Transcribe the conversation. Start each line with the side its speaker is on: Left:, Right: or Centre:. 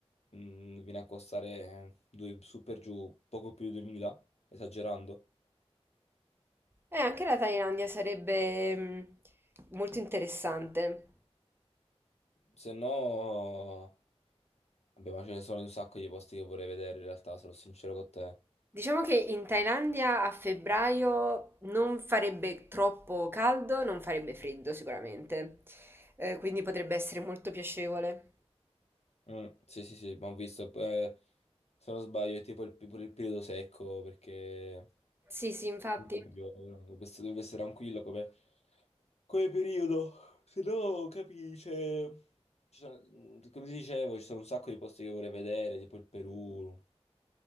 Left: mh, viene a costare eh, due, su per giù poco più di 2000, esagerando.
Right: Eh, anche la Thailandia sarebbe mh, molto interessante.
Left: Se no, vabbè, ma ce ne sono un sacco di posti che vorrei vedere in realtà, sarò sincero con te.
Right: Diciamo che in Thailandia a febbraio non farebbe troppo caldo, non farebbe freddo sicuramente, Eh, quindi potrebbe essere molto piacevole.
Left: Mm, sì, sì, sì, ma ho visto, eh, se non sbaglio, è tipo il, pure il periodo secco, perché
Right: Sì, sì, infatti.
Left: non dovrebbe piovere, dovrebbe essere, dovrebbe essere tranquillo come, come periodo, se no, capisci, cioè, ci sono- mm, come ti dicevo, ci sono un sacco di posti che vorrei vedere, tipo il Perù,